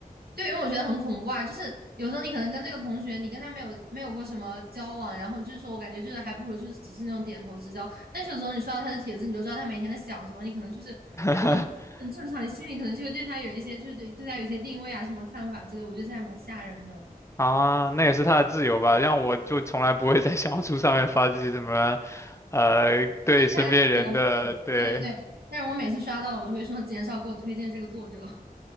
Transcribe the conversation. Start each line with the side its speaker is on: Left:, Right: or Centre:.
Right: 对，因为我觉得很恐怖啊，就是有时候你可能跟这个同学，你跟他没有没有过什么交往，然后就是说我感觉就是还不如就是只是那种点头之交，但是有时候你刷到他的帖子，你就知道他每天在想什么，你可能就是这个我觉得很正常，
Left: <laughs>
Right: 你心里可能就会对他有一些就是对对他有一些定位啊什么看法之类的我觉得这还蛮吓人的。
Left: 啊，那也是他的自由吧？让我就从来不会在小红书上面发这些什么，呃，对身边人的对，
Right: 接下来对对对，但是我每次刷到了，我就会说减少给我推荐这个作者，